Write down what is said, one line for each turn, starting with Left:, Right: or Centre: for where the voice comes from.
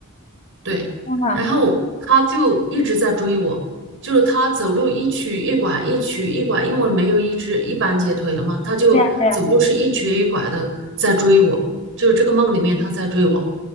Right: 对，
Left: 天呐，
Right: 然后他就一直在追我，就是他走路一瘸一拐，一瘸一拐，因为没有一只一般截腿了嘛，他就走路是一瘸一拐的在追我，
Left: 对呀对呀，
Right: 就是这个梦里面他在追我，